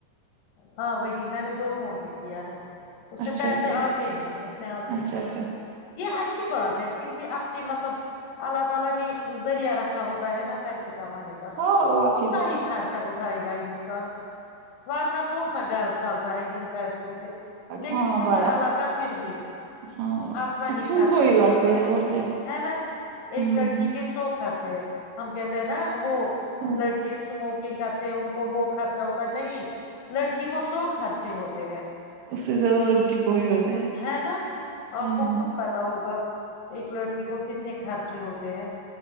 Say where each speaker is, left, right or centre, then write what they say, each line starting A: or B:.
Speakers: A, on the left; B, on the right.
A: ہاں وہی میں نے دو فون میں کیا ہے اس میں
B: اچھا
A: پیسے
B: کیا
A: آتے ہیں اس میں آتے
B: اچھا
A: ہیں پیسے
B: اچھا
A: یہ اچھی بات ہے کسی اپنے مطلب اللہ تعالی نے ذریعہ رکھا ہوتا ہے نا پیسے کمانے کا
B: ہاں اور
A: خود
B: کیا
A: کا ہی خرچہ اٹھ اٹھائے گا انسان ورنہ کون سا گھر چلتا ہے ان پیسوں سے لیکن
B: ہاں
A: شکر
B: بڑا
A: اللہ کا پھر بھی
B: ہاں
A: اپنا
B: خود
A: ہی خرچہ
B: کو لگتے
A: نکلتا ہے
B: ہیں اور کیا
A: ہے نا ایک
B: ہوں
A: لڑکی کے سو خرچے ہے ہم کہتے ہیں نا وہ
B: ہاں
A: لڑکے اسموکنگ کر ان کو وہ خرچہ ہوتا ہے نہیں لڑکی کو سو خرچے ہوتے ہیں
B: اس سے زیادہ
A: ہ
B: لڑکی کو ہی ہوتے ہیں
A: ہے نہ آپکو
B: ہوں
A: خود پتا ہوگا ایک لڑکی کو کتنے خرچے ہوتے ہیں